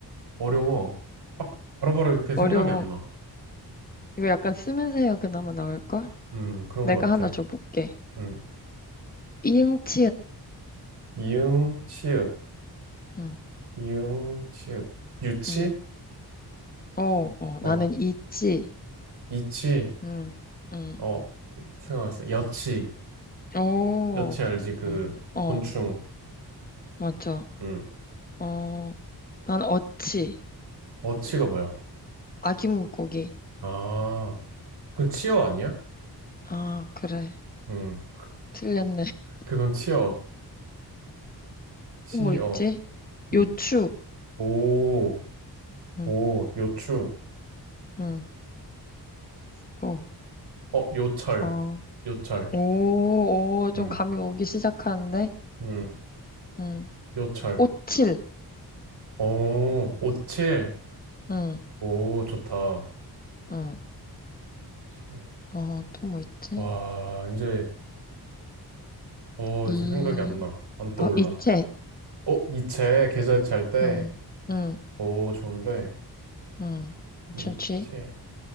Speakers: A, on the right; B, on the left.
A: 어려워. 빡, 바로바로 이렇게 생각이
B: 어려워.
A: 안 나.
B: 이거 약간 쓰면서 해야 그나마 나올걸?
A: 음, 그런
B: 내가
A: 것 같아.
B: 하나 줘볼게.
A: 음,
B: 이응치읓.
A: 이응, 치읓.
B: 응.
A: 이응, 치읓. 유치?
B: 응. 어, 어,
A: 어,
B: 나는 있지.
A: 이치.
B: 응, 응.
A: 어, 생각났어. 여치.
B: 오,
A: 여치 알지? 그,
B: 어, 어,
A: 곤충.
B: 맞아.
A: 음.
B: 어, 난 어치.
A: 어치가 뭐야?
B: 아기 물고기.
A: 아, 그건 치어 아니야?
B: 아, 그래.
A: 음,
B: 틀렸네. <laughs>
A: 그건 치어, 치어,
B: 또 뭐 있지?
A: 음,
B: 요추.
A: 오,
B: 응,
A: 오, 요추,
B: 응, 또.
A: 어, 요철,
B: 어,
A: 요철,
B: 오, 오, 좀
A: 음,
B: 감이 오기 시작하는데?
A: 음,
B: 응.
A: 요철,
B: 오칠.
A: 오, 오칠,
B: 응,
A: 오, 좋다.
B: 응.
A: 칠.
B: 어, 또 뭐 있지?
A: 와, 이제, 어,
B: 이,
A: 이제 생각이 안 나. 안 떠올라.
B: 어, 이체.
A: 어, 이체, 계좌이체 할 때,
B: 응, 응,
A: 오, 좋은데,
B: 응.
A: 이체,
B: 괜찮지?